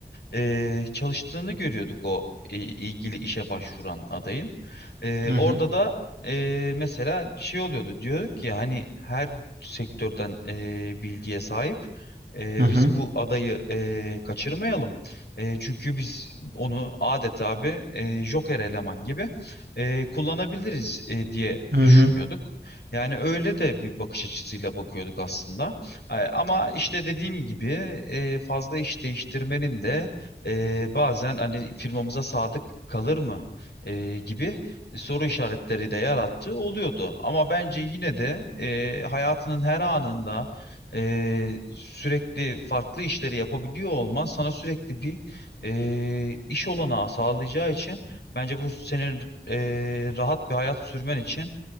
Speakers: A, on the left; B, on the right.
A: e, çalıştığını görüyorduk o e, ilgili işe başvuran adayın. E,
B: Hı
A: orada
B: hı.
A: da e, mesela şey oluyordu diyorduk ki hani her sektörden e, bilgiye sahip. E,
B: Hı hı.
A: biz bu adayı e, kaçırmayalım. E, çünkü biz onu adeta abi e, Joker eleman gibi e, kullanabiliriz e, diye
B: Hı
A: düşünüyorduk.
B: hı.
A: Yani öyle de bir bakış açısıyla bakıyorduk aslında. E, ama işte dediğim gibi e, fazla iş değiştirmenin de ee, bazen hani firmamıza sadık kalır mı Ee, gibi soru işaretleri de yarattığı oluyordu. Ama bence yine de e, hayatının her anında e, sürekli farklı işleri yapabiliyor olman sana sürekli bir e, iş olanağı sağlayacağı için bence bu senin e, rahat bir hayat sürmen için